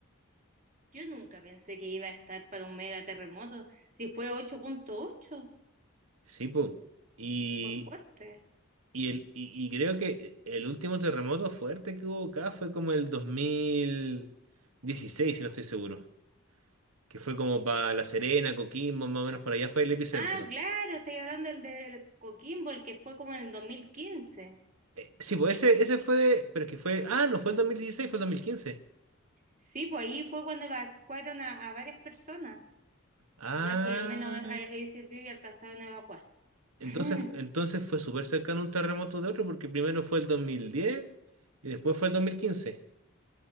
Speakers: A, on the right; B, on the right.
A: Yo nunca pensé que iba a estar para un mega terremoto. Si fue 8.8,
B: Sí, pues. Y,
A: fue fuerte.
B: y, el, y, y creo que el último terremoto fuerte que hubo acá fue como el 2016, si no estoy seguro, que fue como para La Serena, Coquimbo, más o menos para allá fue el epicentro.
A: Ah, claro, estoy hablando del de Coquimbo, el que fue como en el 2015.
B: Eh, Sí, pues ese, ese fue, pero es que fue, ah, no fue el dos mil dieciséis fue el dos mil quince
A: Sí, pues ahí fue cuando evacuaron a, a varias personas.
B: Ah,
A: Ya por lo menos ahí ahí sirvió y alcanzaron a evacuar.
B: entonces,
A: <laughs>
B: entonces fue súper cercano un terremoto de otro, porque primero fue el 2010 y después fue el dos mil quince